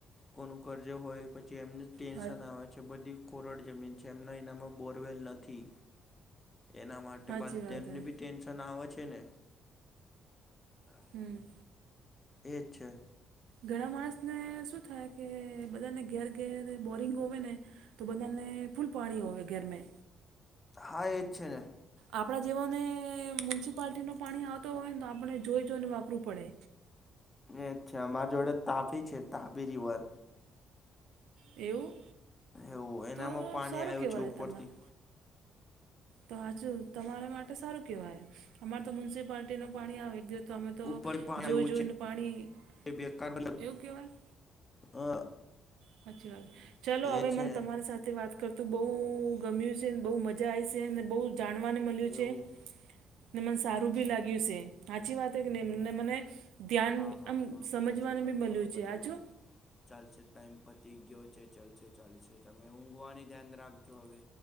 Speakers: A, on the left; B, on the right.
A: કોનું કર્જે હોય પછી એમને ટેન્શન
B: હા
A: આવે છે બધી કોરડ જમીન છે એમના એનામાં બોરવેલ નથી. એના માટે
B: હાચી
A: બદ
B: વાત
A: એને
B: હે
A: બી ટેન્શન આવે છે ને
B: હમ
A: એ અચ છેા
B: ઘણા માણસને શું થાય કે બધાને ઘેર ઘેર બોરિંગ હોય ને તો બધાને ફૂલ પાણી હોવે ઘેરમે
A: હા એ જ છે ને.
B: આપણા જેવાને મ્યુનિસિપાલટી નું પાણી આવતો હોય ને તો આપણે જોઈ જોઈને વાપરું પડે.
A: એ અચ્છા અમારી જોડે તાપી છે તાપી રિવર.
B: એવું
A: એવું એનામાં
B: તો
A: પાણી
B: સારું
A: આવ્યું
B: કહેવાય
A: છે ઉપરથી
B: તમારે તો હચું તમારા માટે સારું કહેવાય અમારે તો મ્યુનિસિપાલિટીનું પાણી આવેિવ તમે તો
A: ઉપર પાણી
B: જોઈ
A: આવ્યું
B: જોઈને પાણી એવું
A: છે બેકાર
B: કહેવાય
A: હ
B: હાચ્ચી વાત ચલો
A: એ
B: હવે
A: છે
B: મને તમારી સાથે વાત. કરતું બહુ ગમ્યું છે બહુ મજા આવી છે અને બહુ જાણવાને મળ્યું
A: એવું
B: છે. ને મને સારું ભી લાગ્યું છે હાચી વાત હેકેને એમને મને ધ્યાન.
A: હા હા
B: આમ
A: હા
B: સમજવાને
A: પછી કરશો
B: બી મળ્યું
A: હા
B: છે
A: ચાલો
B: આ છો.
A: ચાલશે ટાઈમ પતી ગયો છે ચાલશે ચાલશે તમે ઊંઘવાની ધ્યાન રાખજો હવે.